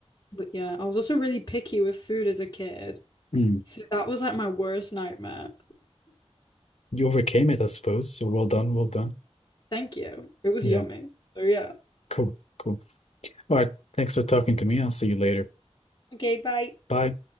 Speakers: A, on the left; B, on the left.
A: But yeah, I was also really picky with food as a kid.
B: Mm.
A: So that was like my worst nightmare.
B: You overcame it, I suppose. So well done, well done.
A: Thank you. It was
B: Yeah,
A: yummy. So yeah.
B: cool, cool. All right. Thanks for talking to me. I'll see you later.
A: Okay, bye.
B: Bye.